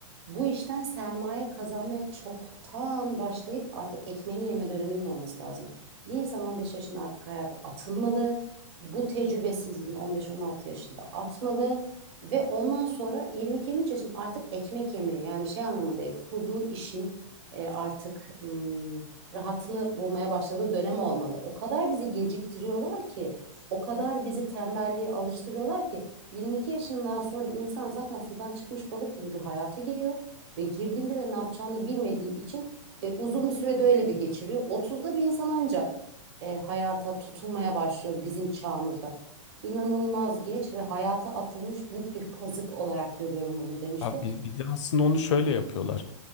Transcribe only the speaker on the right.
bu işten sermaye kazanmaya çoktan başlayıp artık ekmeğini yeme döneminin olması lazım. Bir insan 15 yaşında artık hayata atılmalı. Bu tecrübesizliğini 15-16 yaşında atmalı. Ve ondan sonra 22-23 yaşında artık ekmek yemeye yani şey anlamında değil, kurduğu işin e, artık hmm, rahatını bulmaya başladığı dönem olmalı. O kadar bizi geciktiriyorlar ki. O kadar bizi tembelliğe alıştırıyorlar ki 22 yaşından sonra insan zaten sudan çıkmış balık gibi bir hayata giriyor ve girdiğinde de ne yapacağını bilmediği için e, uzun bir sürede öyle bir geçiriyor. 30'da bir insan ancak e, hayata tutunmaya başlıyor bizim çağımızda. İnanılmaz geç ve hayata atılmış büyük bir kazık olarak görüyorum bunu demişti.